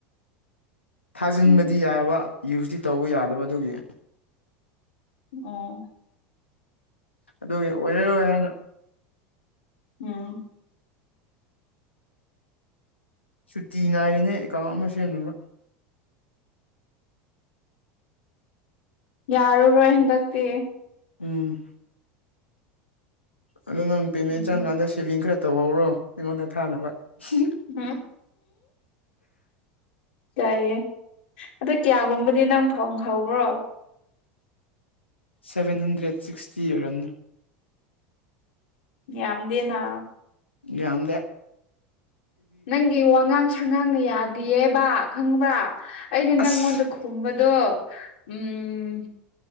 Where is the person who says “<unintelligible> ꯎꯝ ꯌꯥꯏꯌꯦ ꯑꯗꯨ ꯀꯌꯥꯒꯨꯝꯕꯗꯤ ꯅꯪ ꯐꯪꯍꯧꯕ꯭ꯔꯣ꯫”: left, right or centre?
Left